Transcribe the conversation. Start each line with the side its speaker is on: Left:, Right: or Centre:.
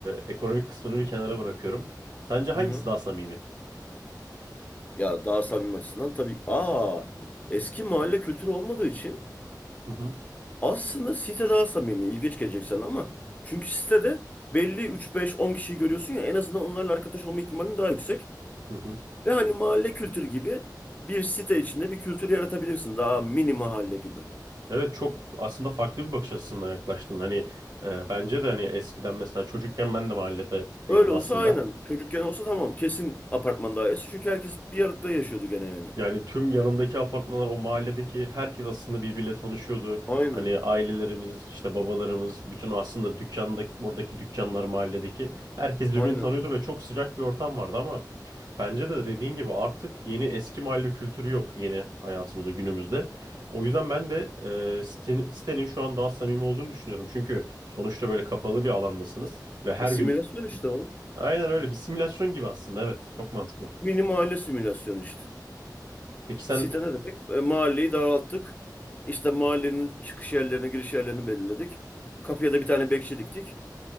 Right: e, ekonomik kısmını bir kenara bırakıyorum. Sence hangisi
Left: Hı hı.
Right: daha samimi?
Left: Ya daha samimi açısından tabii. Aa eski mahalle kültürü olmadığı için
Right: Hı hı.
Left: aslında site daha samimi. İlginç gelecek sana ama çünkü sitede belli üç beş on kişiyi görüyorsun ya en azından onlarla arkadaş olma ihtimalin daha yüksek.
Right: Hı hı.
Left: Ve hani mahalle kültürü gibi bir site içinde bir kültür yaratabilirsin. Daha mini mahalle gibi.
Right: Evet çok aslında farklı bir bakış açısından yaklaştın. Hani e, bence de hani eskiden mesela çocukken ben de mahallede büyüdüm
Left: Öyle
Right: aslında.
Left: olsa aynen. Çocukken olsa tamam. Kesin apartman dairesi. Çünkü herkes bir arada yaşıyordu gene yani.
Right: Yani tüm yanındaki apartmanlar o mahalledeki herkes aslında birbiriyle tanışıyordu.
Left: Aynen.
Right: Hani ailelerimiz işte babalarımız bütün aslında dükkanda oradaki dükkanlar mahalledeki herkes birbirini
Left: Aynen.
Right: tanıyordu ve çok sıcak bir ortam vardı ama bence de dediğin gibi artık yeni eski mahalle kültürü yok yeni hayatımızda günümüzde. O yüzden ben de e, sitenin, sitenin şu an daha samimi olduğunu düşünüyorum. Çünkü sonuçta böyle kapalı bir alandasınız ve her
Left: E simülasyon
Right: gün
Left: işte oğlum.
Right: aynen öyle bir simülasyon gibi aslında evet çok mantıklı.
Left: Mini mahalle simülasyonu işte.
Right: Peki sen
Left: Site ne demek? E, mahalleyi daralttık. İşte mahallenin çıkış yerlerini, giriş yerlerini belirledik. Kapıya da bir tane bekçi diktik.